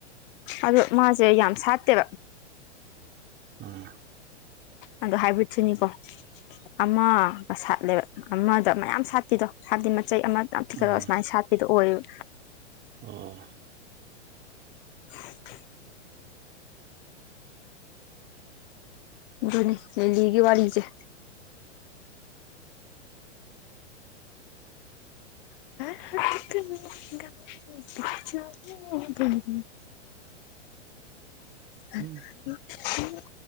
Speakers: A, on the left; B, on the right.
A: ꯑꯗꯣ ꯃꯥꯁꯦ ꯌꯥꯝ ꯁꯥꯠꯇꯦꯕ
B: ꯎꯝ
A: ꯑꯗꯣ ꯍꯥꯏꯕ꯭ꯔꯤꯠꯁꯨꯅꯤꯀꯣ ꯑꯃꯒ ꯁꯥꯠꯂꯦꯕ ꯑꯃꯗ ꯃꯌꯥꯝ ꯁꯥꯠꯄꯤꯗꯣ ꯍꯥꯏꯕꯗꯤ ꯃꯆꯩ ꯑꯃ ꯌꯥꯝ ꯊꯤꯀꯠꯂ
B: ꯑꯥ
A: ꯑꯁꯨꯃꯥꯏꯅ ꯁꯥꯠꯄꯤꯗꯣ ꯑꯣꯏꯌꯦꯕ
B: ꯑꯣ
A: <unintelligible> ꯑꯗꯨꯅꯦ ꯂꯤꯂꯤꯒꯤ ꯋꯥꯔꯤꯖ‌ꯦ <unintelligible> <unintelligible>
B: ꯎꯝ